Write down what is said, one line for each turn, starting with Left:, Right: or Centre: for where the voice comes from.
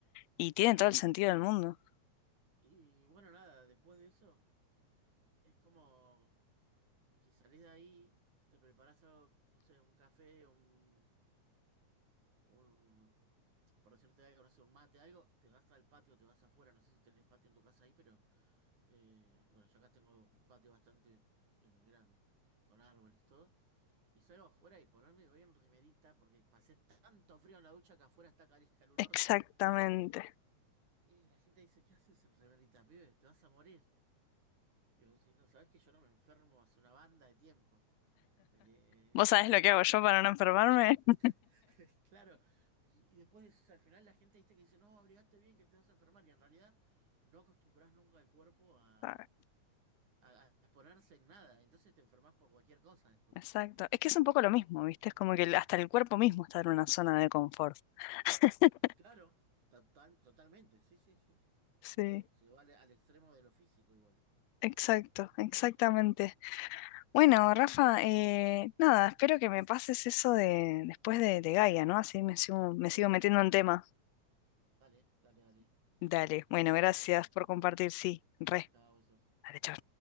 Left: Y tiene
Right: claro.
Left: todo el sentido del mundo.
Right: Y bueno, nada, después de eso, es como que salís de ahí, te preparás algo, no sé, un café, un, un, por decirte algo, no sé, un mate, algo, te vas al patio, te vas afuera, no sé si tenés patio en tu casa ahí, pero eh, bueno, yo acá tengo un patio bastante eh, grande, con árboles, todo. Y salgo afuera y por ponerme voy en remerita porque pasé tanto frío en la ducha que afuera está cali- caluroso.
Left: Exactamente.
Right: Y la gente dice, ¿qué haces en remerita, pibe? Te vas a morir. Y yo, si no, ¿sabés que yo no me enfermo hace una banda de tiempo? Eh,
Left: ¿Vos sabés
Right: <laughs>
Left: lo que hago
Right: porque,
Left: yo para no enfermarme? <laughs>
Right: <laughs> claro, y, y después decís, al final la gente viste que dice, no, abrigate bien que te vas a enfermar. Y en realidad no acostumbras nunca al cuerpo a,
Left: Ah,
Right: a- a exponerse en nada. Entonces te enfermas por cualquier cosa después.
Left: Exacto. Es que es un poco lo mismo, ¿viste? Es como que el- hasta el cuerpo mismo está en una zona de confort. <laughs>
Right: Claro, total, totalmente, sí, sí, sí.
Left: Sí,
Right: Se va al, al extremo de lo físico igual.
Left: exacto, exactamente. Bueno, Rafa,
Right: Bueno,
Left: eh, nada, espero que me pases eso de después de, de Gaia, ¿no? Así me sigo, me
Right: de
Left: sigo
Right: una.
Left: metiendo en tema.
Right: Dale, dale, dale.
Left: Dale, bueno,
Right: Después lo
Left: gracias
Right: hablamos entonces.
Left: por compartir,
Right: Dale.
Left: sí, re.
Right: Chao, besos.
Left: Dale, chau.